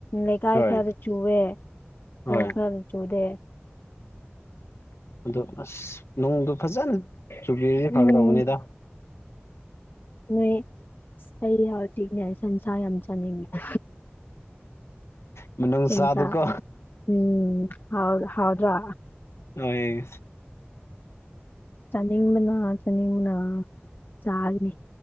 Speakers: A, on the left; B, on the left.
A: ꯂꯩꯀꯥꯏ
B: ꯍꯣꯏ
A: ꯈꯔꯗ ꯆꯨꯋꯦ
B: ꯍꯣꯏ
A: ꯈꯔꯗ ꯆꯨꯗꯦ
B: ꯑꯗꯣ ꯑꯁ ꯅꯣꯡꯗꯣ ꯐꯖꯅ ꯆꯨꯕꯤꯔꯗꯤ
A: ꯎꯝ
B: ꯐꯒꯠꯗꯕꯅꯤꯗ
A: ꯅꯣꯏ ꯑꯩ ꯍꯧꯖꯤꯛꯅꯦ ꯁꯟꯁꯥ ꯌꯥꯝ ꯆꯥꯅꯤꯡꯉꯦ
B: <inaudible> ꯅꯨꯡꯁꯥꯗꯨꯀꯣ
A: ꯆꯟꯖꯥ ꯎꯝ ꯍꯥꯎ ꯍꯥꯎꯗ꯭ꯔꯥ
B: ꯍꯣꯢ
A: ꯆꯅꯤꯡꯕꯅ ꯆꯅꯤꯡꯕꯅ ꯆꯥꯒꯅꯤ